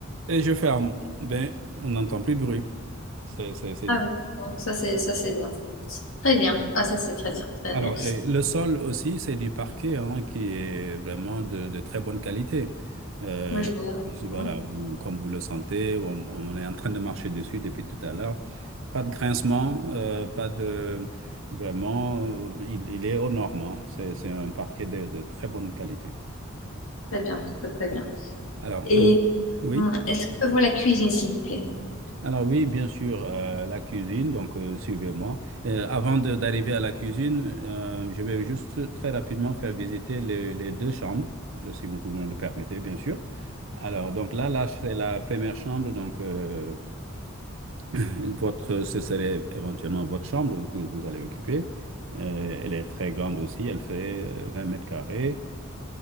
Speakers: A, on the right; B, on the left.
A: Et je ferme. Ben, on n'entend plus de bruit. C'est, c'est, c'est...
B: Ah oui, bon, ça c'est, ça c'est bien. Très bien. Ah ça c'est très bien, très
A: Alors,
B: bien.
A: et le sol aussi, c'est du parquet hein, qui est vraiment de, de très bonne qualité. Euh,
B: Moi je vois, je
A: voilà,
B: vois.
A: vous, comme vous le sentez, on, on est en train de marcher dessus depuis tout à l'heure. Pas de grincement, euh, pas de... Vraiment, euh, il, il est aux normes. hein. C'est, c'est un parquet de, de très bonne qualité.
B: Très bien, très très bien.
A: Très bien. Alors,
B: Et
A: euh, oui.
B: euh, est-ce que je vois la cuisine, s'il vous plaît?
A: Alors oui, bien sûr, euh, la cuisine, donc euh, suivez-moi. Euh, avant de- d'arriver à la cuisine, euh, je vais juste très rapidement faire visiter les, les deux chambres, euh, si vous, vous me le permettez, bien sûr. Alors, donc là, là, c'est la première chambre, donc euh, <laughs> votre, ce serait éventuellement votre chambre que vous allez occuper. Euh, elle est très grande aussi, elle fait euh, 20 mètres carrés.